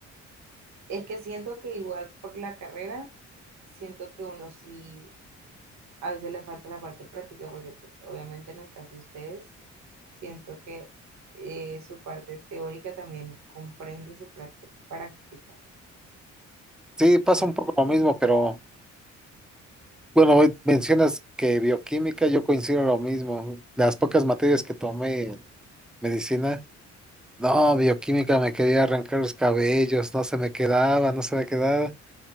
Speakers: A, on the right (about 65°); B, in the centre.
A: Es que siento que igual por la carrera, siento que uno sí, a veces le falta la parte práctica, porque pues obviamente en el caso de ustedes Siento que eh, su parte teórica también comprende su parte práctica.
B: Sí, pasa
A: Pues,
B: un poco lo mismo, pero bueno, hoy mencionas que bioquímica, yo coincido en lo mismo. Las pocas materias que tomé en medicina, no, bioquímica me quería arrancar los cabellos, no se me quedaba, no se me quedaba. <laughs>